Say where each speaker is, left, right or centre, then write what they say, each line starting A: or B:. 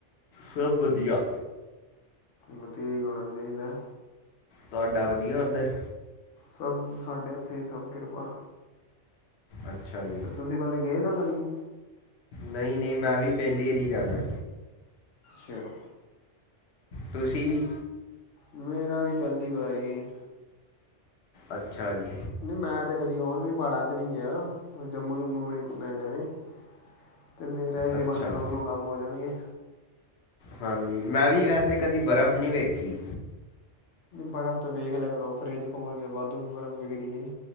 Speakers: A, on the left (about 60°); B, on the left (about 80°).
A: ਸਭ ਵਧੀਆ।
B: ਵਧੀਆ ਹੀ ਹੋਣਾ ਚਾਹੀਦਾ।
A: ਤੁਹਾਡਾ ਵਧੀਆ ਉੱਧਰ।
B: ਸਭ ਸਾਡੇ ਇੱਥੇ ਸਭ ਕਿਰਪਾ।
A: ਅੱਛਾ
B: ਅਤੇ
A: ਜੀ।
B: ਤੁਸੀਂ ਪਹਿਲੇ ਗਏ ਦਿ ਕਦੀ।
A: ਨਹੀਂ- ਨਹੀਂ ਮੈਂ ਵੀ ਪਹਿਲੀ ਹ ਹੀ ਵਾਰੀ ਜਾਣਾ।
B: ਚਲੋ।
A: ਤੁਸੀ ਵੀ।
B: ਮੇਰਾ ਵੀ ਪਹਿਲੀ ਵਾਰੀ।
A: ਅੱਛਾ ਜੀ।
B: ਨਹੀਂ ਮੈਂ ਤੇ ਕਦੀ ਉਹਵੇ ਵੀ ਪਾੜਾ ਚ' ਨਹੀਂ ਗਿਆ। ਜੰਮੂ- ਜੁੰਮੂ ਬਣੇ ਘੁੰਮਿਆ ਜਾਵੇ। ਅਤੇ ਮੇਰਾ ਹੀ
A: ਅੱਛਾ
B: ਬਹਾਨੇ ਦੋਨੋਂ ਕੰਮ ਹੋ ਜਾਣਗੇ।
A: ਹਾਂਜੀ। ਮੈਂ ਵੀ ਵੈਸੇ ਕਦੀ ਬਰਫ਼ ਨਹੀਂ ਵੇਖੀ।
B: ਬਰਫ਼ ਤੇ ਵੇਖ ਲਿਆ ਕਰੋ, ਫਰਿਜ ਖੋਲ ਕੇ ਵਾਧੂ ਬਰਫ਼ ਵਿਖਦੀ ਹੈ।